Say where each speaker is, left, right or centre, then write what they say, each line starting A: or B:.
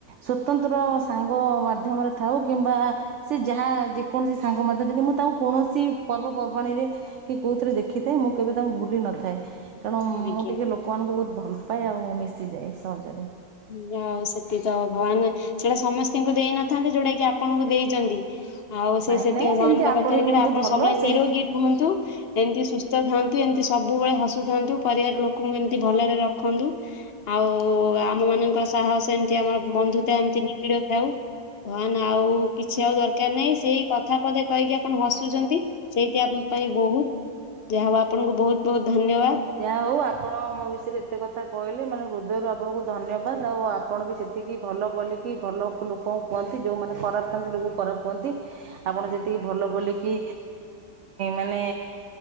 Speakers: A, on the right; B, on the left.
A: ସ୍ଵତନ୍ତ୍ର ସାଙ୍ଗ ମାଧ୍ୟମରେ ଥାଉ କିମ୍ବା ସେ ଯାହା ଯେକୌଣସି ସାଙ୍ଗ ମଧ୍ୟ ଯଦି ମୁଁ ତାଙ୍କୁ କୌଣସି ପର୍ବପର୍ବାଣୀରେ କି କୋଉଥିରେ ଦେଖିଥାଏ ମୁଁ କେବେ ତାଙ୍କୁ ଭୁଲି ନଥାଏ। ତେଣୁ
B: ଆଜ୍ଞା।
A: ମୁଁ ଟିକିଏ ଲୋକମାନଙ୍କୁ ବହୁତ ଭଲ ପାଏ ଆଉ ମିଶିଯାଏ ସହଜରେ।
B: ଯାହାହଉ ସେତିକି ତ ଭଗବାନ ସେଟା ସମସ୍ତଙ୍କୁ ଦେଇନଥାନ୍ତି ଯୋଉଟା କି ଆପଣଙ୍କୁ ଦେଇଛନ୍ତି। ଆଉ ସେଇ
A: ନାଇଁ
B: ସେତିକ
A: ନାଇଁ ସେମିତି
B: ଭଗାନଙ୍କ
A: ଆପଣ
B: ପାଖରେ
A: ବି ବହୁତ
B: ଆପଣ
A: ଭଲ
B: ସବୁବେଳେ
A: ସେମିତି
B: ନିରୋଗୀ ରୁହନ୍ତୁ। ଏମିତି ସୁସ୍ଥ ଥାନ୍ତୁ ଏମିତି ସବୁବେଳେ ହସୁଥାନ୍ତୁ ପରିବାର ଲୋକଙ୍କୁ ଏମିତି ଭଲରେ ରଖନ୍ତୁ। ଆଉ ଆମ ମାନଙ୍କର ସାହସ ଏମତି ଆମର ବନ୍ଧୁତା ଏମିତି ନିବିଡ ଥାଉ। ହାନ ଆଉ କିଛି ଆଉ ଦରକାର ନାହିଁ ସେଇ କଥା ପଧେ କହିକି ଆପଣ ହସୁଛନ୍ତି। ସେଇଠି ଆମ ପାଇଁ ବହୁତ ଯାହା ହଉ ଆପଣଙ୍କୁ ବହୁତ ବହୁତ ଧନ୍ୟବାଦ।
A: ଯାହା ହଉ ଆପଣ ମୋ ବିଷୟରେ ଏତେ କଥା କହିଲେ ମାନେ ହୃଦୟରୁ ଆପଣଙ୍କୁ ଧନ୍ୟବାଦ ଆଉ ଆପଣ ବି ଏତିକି ଭଲ ବୋଲିକି ଭଲ ଲୋକଙ୍କୁ କୁହନ୍ତି ଯେଉଁମାନେ ଖରାପ ଥାଆନ୍ତି ଲୋକ ଖରାପ କୁହନ୍ତି। ଆପଣ ସେତିକି ଭଲ ବୋଲିକି ମାନେ